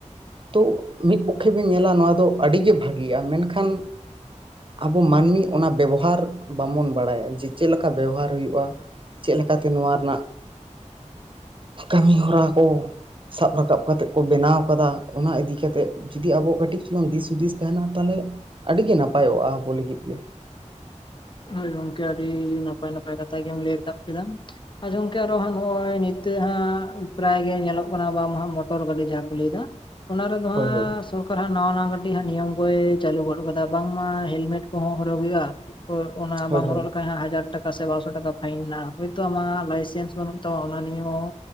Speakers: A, on the right; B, on the left.
A: ᱛᱚ ᱢᱤᱫ ᱯᱚᱠᱷᱮ ᱵᱤᱱ ᱧᱮᱞᱟ ᱱᱚᱣᱟ ᱫᱚ ᱟᱹᱰᱤᱜᱮ ᱵᱷᱟᱹᱜᱤᱭᱟ ᱢᱮᱱ ᱠᱷᱟᱱ ᱟᱵᱚ ᱢᱟᱹᱱᱢᱤ ᱚᱱᱟ ᱵᱮᱵᱚᱦᱟᱨ ᱵᱟᱵᱚᱱ ᱵᱟᱲᱟᱭᱟ ᱡᱮ ᱪᱮᱫ ᱞᱮᱠᱟ ᱵᱮᱣᱦᱟᱨ ᱦᱩᱭᱩᱜ-ᱟ ᱪᱮᱫ ᱞᱮᱠᱟᱛᱮ ᱱᱚᱣᱟ ᱨᱮᱱᱟᱜ ᱠᱟᱹᱢᱤ ᱦᱚᱨᱟ ᱠᱚ ᱥᱟᱵ ᱨᱟᱠᱟᱵ ᱠᱟᱛᱮ ᱠᱚ ᱵᱮᱱᱟᱣ ᱟᱠᱟᱫᱟ ᱚᱱᱟ ᱤᱫᱤ ᱠᱟᱛᱮᱫ ᱡᱩᱫᱤ ᱟᱵᱚ ᱠᱟᱹᱴᱤᱡ ᱪᱩᱞᱩᱝ ᱫᱤᱥ ᱦᱩᱫᱤᱥ ᱛᱟᱦᱮᱱᱟ ᱛᱟᱦᱚᱞᱮ ᱟᱹᱰᱤᱜᱮ ᱱᱟᱯᱟᱭᱚᱜᱼᱟ ᱟᱵᱚ ᱞᱟᱹᱜᱤᱫ ᱜᱮ
B: ᱦᱳᱭ ᱜᱚᱝᱠᱮ ᱟᱹᱰᱤ ᱱᱟᱯᱟᱭ ᱱᱟᱯᱟᱭ ᱠᱟᱛᱷᱟ ᱜᱮᱢ ᱞᱟᱹᱭ ᱨᱟᱠᱟᱵ ᱠᱮᱫᱟ ᱟᱪᱷᱟ ᱜᱚᱢᱠᱮ ᱟᱨᱚ ᱦᱟᱸᱜ ᱱᱚᱜᱼᱚᱭ ᱱᱤᱛᱚᱜ ᱦᱟᱸᱜ ᱯᱨᱟᱭ ᱜᱮ ᱧᱮᱞᱚᱜ ᱠᱟᱱᱟ ᱵᱟᱢ ᱦᱟᱸᱜ ᱢᱚᱴᱚᱨ ᱜᱟᱹᱰᱤ ᱡᱟᱦᱟᱸ ᱠᱚ ᱞᱟᱹᱭ ᱫᱟ ᱚᱱᱟ ᱨᱮᱫᱚ
A: ᱦᱳᱭ
B: ᱦᱟᱸᱜ
A: ᱦᱳᱭ
B: ᱥᱚᱨᱠᱟᱨᱟᱜ ᱱᱟᱣᱟ ᱱᱟᱣᱟ ᱠᱟᱹᱴᱤᱡ ᱦᱟᱸᱜ ᱱᱤᱭᱚᱢ ᱠᱚᱭ ᱪᱟᱹᱞᱩ ᱜᱚᱫ ᱟᱠᱟᱫᱟ ᱵᱟᱝᱢᱟ ᱦᱮᱞᱢᱮᱴ ᱠᱚᱦᱚᱸ ᱦᱚᱨᱚᱜ ᱦᱩᱭᱩᱜᱼᱟ ᱦᱚᱭ ᱚᱱᱟ
A: ᱦᱳᱭ
B: ᱵᱟᱢ
A: ᱦᱳᱭ
B: ᱦᱚᱨᱚᱜ ᱞᱮᱠᱷᱟᱡ ᱦᱟᱸᱜ ᱦᱟᱡᱟᱨ ᱴᱟᱠᱟ ᱵᱟᱨᱥᱚ ᱴᱟᱠᱟ ᱯᱷᱟᱭᱤᱱ ᱦᱚᱭᱛᱚ ᱟᱢᱟᱜ ᱞᱟᱭᱥᱮᱱᱥ ᱵᱟᱹᱱᱩᱜ ᱛᱟᱢᱟ ᱚᱱᱟ ᱱᱤᱭᱮ ᱦᱚᱸ